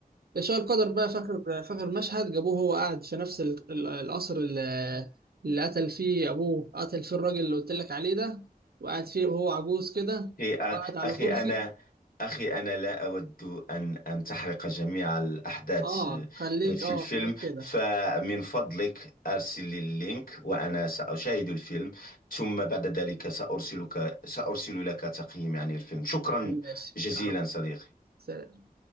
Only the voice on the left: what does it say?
أخي
أخي
أنا أخي أنا لا أود أن أن تحرق جميع الأحداث
آه، في
الفيلم
فمن فضلك أرسل لي اللينك وأنا سأشاهد الفيلم ثم بعد ذلك سأرسلك سأرسل لك تقييمي عن الفيلم شكرا
جزيلا
صديقي